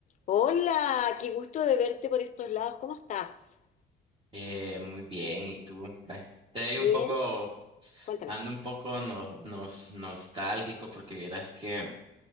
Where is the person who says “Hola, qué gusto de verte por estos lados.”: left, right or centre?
Left